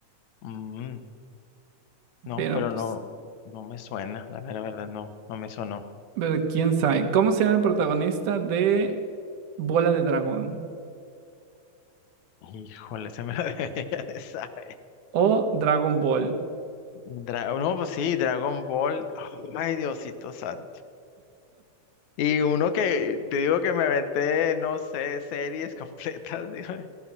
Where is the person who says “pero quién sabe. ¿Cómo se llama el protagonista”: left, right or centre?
Right